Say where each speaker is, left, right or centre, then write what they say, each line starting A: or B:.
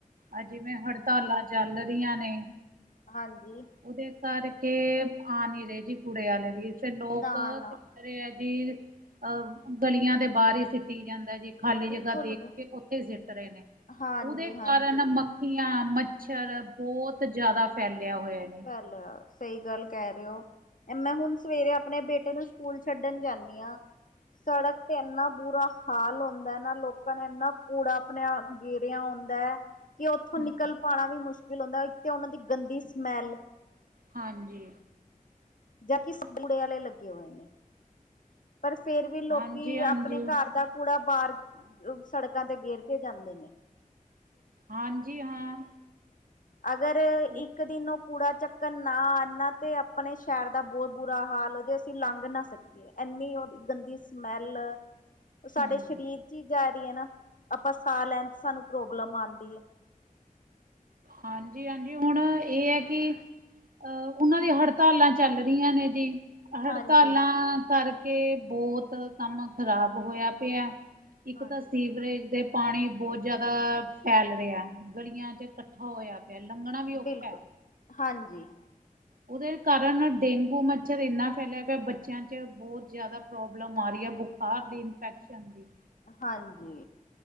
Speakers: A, on the right (about 80°); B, on the left (about 65°).
A: ਆਹ ਜਿਵੇਂ ਹੜਤਾਲਾਂ ਚੱਲ ਰਹੀਆਂ ਨੇ
B: ਹਾਂਜੀ
A: ਉਹਦੇ ਕਰਕੇ ਆ ਨੀ ਰਹੇ ਜੀ ਕੂੜੇ ਵਾਲੇ ਵੀ ਫਿਰ ਲੋਕ
B: ਨਾ ਨਾ
A: ਘਰੇ ਇਹ ਚੀਜ਼ ਆ ਗਲੀਆਂ ਦੇ ਬਾਹਰ ਹੀ ਸਿ ਕਰੀ ਜਾਂਦਾ ਜੀ ਖਾਲੀ
B: ਬਿਲਕੁਲ
A: ਜਗ੍ਹਾ ਦੇਖ ਕੇ ਉੱਥੇ ਸਿੱਟ ਰਹੇ ਨੇ
B: ਹਾਂਜੀ
A: ਉਹਦੇ ਕਾਰਨ
B: ਹਾਂਜੀ
A: ਮ ਮੱਖੀਆਂ ਮੱਛਰ ਬਹੁਤ ਜਿਆਦਾ ਫੈਲਿਆ ਹੋਇਆ ਜੀ
B: ਚੱਲ ਸਹੀ ਗੱਲ ਕਹਿ ਰਹੇ ਹੋ। ਮੈਂ ਹੁਣ ਸਵੇਰੇ ਆਪਣੇ ਬੇਟੇ ਨੂੰ ਸਕੂਲ ਛੱਡਣ ਜਾਂਦੀ ਆ। ਸੜਕ ਤੇ ਇੰਨਾ ਬੁਰਾ ਹਾਲ ਹੁੰਦਾ ਏ ਨਾ ਲੋਕਾਂ ਨੇ ਇੰਨਾ ਕੂੜਾ ਆਪਣੇ ਆ ਗੇਰਿਆ ਹੁੰਦਾ। ਕਿ ਉੱਥੋਂ
A: ਹਮ
B: ਨਿਕਲ ਪਾਉਣਾ ਵੀ ਮੁਸ਼ਕਿਲ ਹੁੰਦਾ ਇੱਕ ਤੇ ਉਹਨਾਂ ਦੀ ਗੰਦੀ ਸਮੈਲ
A: ਹਾਂਜੀ
B: ਜਾਂ ਕਿਸ ਗੂੜੇ ਆਲੇ ਲੱਗੇ ਹੋਏ ਨੇ ਪਰ ਫੇਰ ਵੀ ਲੋਕੀ
A: ਹਾਂਜੀ ਹਾਂਜੀ
B: ਆਪਣੇ ਘਰ ਦਾ ਕੂੜਾ ਬਾਰ ਸੜਕਾਂ ਤੇ ਗੇਰ ਕੇ ਜਾਂਦੇ ਨੇ।
A: ਹਾਂਜੀ ਹਾਂ।
B: ਅਗਰ
A: ਉਹ
B: ਇੱਕ ਦਿਨ ਕੂੜਾ ਚੱਕਨ ਨਾ ਆਨ ਤੇ ਆਪਣੇ ਸ਼ੈਰ ਦਾ ਬੋ ਬੁਰਾ ਹਾਲ ਹੋ ਜੇ ਅਸੀਂ ਲੰਘ ਨਾ ਸਕੀਏ। ਐੰਨੀ ਓਦੀ ਗੰਦੀ ਸਮੈਲ ਸਾਡੇ
A: ਹੂੰ,
B: ਸਰੀਰ ਚ ਹੀ ਜਾਰੀ ਐ ਨਾ ਆਪਾਂ ਸਾਹ ਲੈਣ ਚ ਸਾਨੂੰ ਪ੍ਰੋਬਲਮ ਆਂਦੀ ਏ।
A: ਹਾਂਜੀ-ਹਾਂਜੀ ਹੁਣ ਏ ਐ ਕੀ ਅ ਉਨਾਂ ਦੀ ਹੜਤਾਲਾਂ ਚੱਲ ਰੀਆਂ ਨੇ ਜੀ। ਹੜਤਾਲਾਂ
B: ਹਾਂਜੀ
A: ਬੋਤ ਕੰਮ ਖ਼ਰਾਬ ਹੋਇਆ ਪਿਐ। ਇੱਕ
B: ਹਾਂਜੀ
A: ਤਾਂ ਸੀਵਰੇਜ ਦੇ ਪਾਣੀ ਬੋ ਜਾਦਾ ਫੈਲ ਰਿਆ ਗਲੀਆਂ ਚ ਹੋਇਆ ਪਿਆ ਲੰਘਣਾ ਵੀ ਔਖੈ।
B: ਬਿਲਕੁਲ ਹਾਂਜੀ।
A: ਉਦੇ ਕਾਰਨ ਡੇਂਗੂ ਮੱਛਰ ਇੰਨਾ ਫੈਲਿਆ ਪਿਆ ਬੱਚਿਆਂ ਚ ਬੋ ਜਾਦਾ ਪ੍ਰੋਬਲਮ ਆਰੀ ਆ ਬੁਖਾਰ ਦੀ ਇਨਫੈਕਸ਼ਨ ਦੀ।
B: ਹਾਂਜੀ।